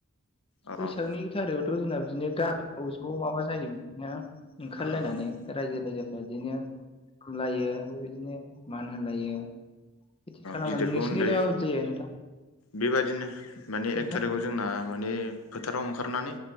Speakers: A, on the left; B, on the left.
A: अ
B: बैसागनि एक थारिखआवथ' जोंना बिदिनो गामियाव ज' माबा जायो बिदिनो ओंखारलायनानै
A: अ
B: रायजो राजाफ्रा बिदिनो खुलुमलायो बेबायदिनो मान होलायो। बिदि खालामो
A: गिदिरखौ
B: नोंसोरनि जायलाय
A: उन्दै
B: माबादि जायो नोंथां?
A: बेबादिनो माने
B: नोंथां
A: एक थारिखआव जोंना माने फोथाराव ओंखारनानै